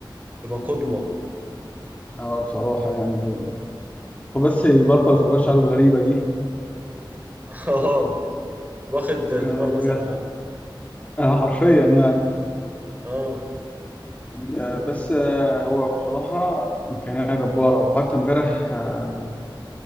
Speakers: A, on the right (about 20°); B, on the left (about 20°).
A: يبقى قدوة
B: اه بصراحه يعني و... وبس يبطل صبغات شعره الغريبه دي
A: <laughs> اه واخد نيمار
B: آه بجد
A: مثل اعلى
B: آه حرفيا يعني
A: اه
B: آه بس آه هو بصراحه امكانيه جباره وحتى امبارح آه،